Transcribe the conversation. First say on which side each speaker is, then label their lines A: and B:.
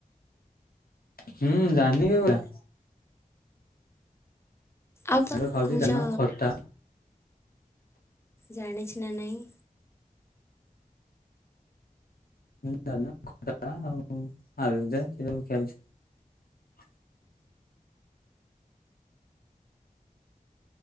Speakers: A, on the left; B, on the left.
A: ହୁଁ ଜାନ୍ତିି କେରା।
B: ଆଉ ତ
A: ଖାଉଛି
B: କହୁଛ
A: ଡାଲମା ଖଟା
B: ଜାଣିଚି। ନା ନାଇ।
A: ହଁ ଆଉ ଆଉଛି।